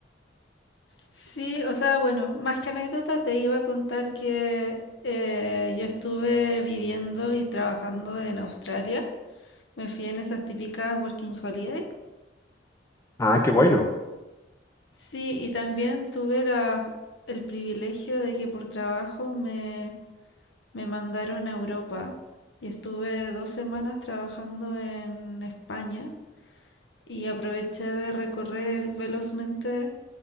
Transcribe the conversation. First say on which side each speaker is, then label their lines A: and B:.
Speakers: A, on the left; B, on the left.
A: Sí, o sea, bueno, más que anécdota te iba a contar que eh, yo estuve viviendo y trabajando en Australia. Me fui en esas típicas working holiday.
B: Ah, qué bueno,
A: Sí, y también tuve la- el privilegio de que por trabajo me, me mandaron a Europa y estuve dos semanas trabajando en España y aproveché de recorrer velozmente.